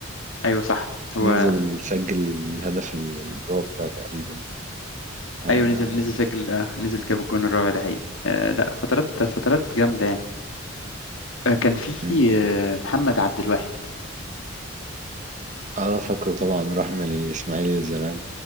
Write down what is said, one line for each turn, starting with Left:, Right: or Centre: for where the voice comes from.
Left: ايوه صح هو
Right: نزل سجل الهدف ال- الرابع تقريبا اه
Left: ايوه نزل نزل سجل آه نزل جاب الجون الرابع ده حقيقي آه لا فترات فترات جامدة يعني آه كان في
Right: م.
Left: آه محمد عبد الواحد
Right: آه، فاكره طبعا راح من الإسماعيلي للزمالك